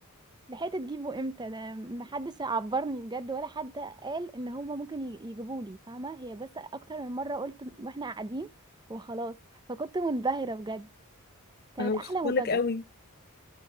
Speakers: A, on the right (about 20°); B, on the left (about 45°).
A: لحقت تجيبه امتى ده محدش عبرني بجد ولا حد قال ان هما ممكن يجيبوا لي فاهمه هي بس اكتر من مره قلت واحنا قاعدين وخلاص فكنت منبهره بجد كانت
B: انا مبسوطه
A: احلى مفاجاه
B: لك قوي